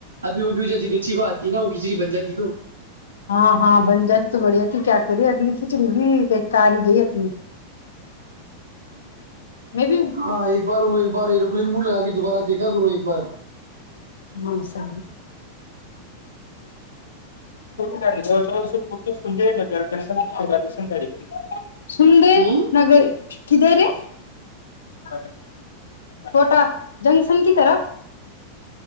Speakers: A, on the right; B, on the left.
A: ابھی وہ بھی ہو جاتی ت اچھی کو آتی ہے نا وہ کچی بن جاتی تو
B: ہاں ہاں بن جاتی تو بڑھیا تھی کیا کری اگلی کھچڑی بھی ایک کار ہی گئی اپنی میں بھی
A: ہاں ایک بار ایک بار مڈ لگا کے دوبارہ دیکھا کرو ایک بار
B: ہاں سہ گاڑ ج ج سند ل گ دن تھا دشن گا کر سند
A: ہوں
B: نگگر کد رے ہاں چھوٹا جنکشن کی طرف